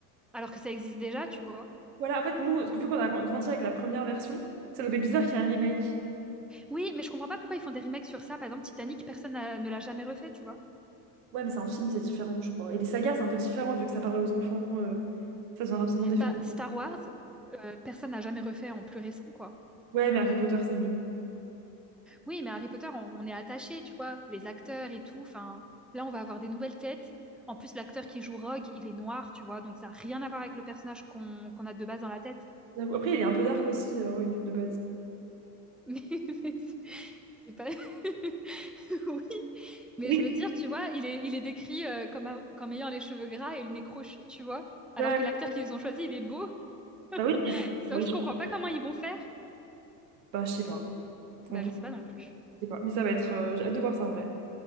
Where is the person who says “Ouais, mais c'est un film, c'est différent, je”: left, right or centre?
Right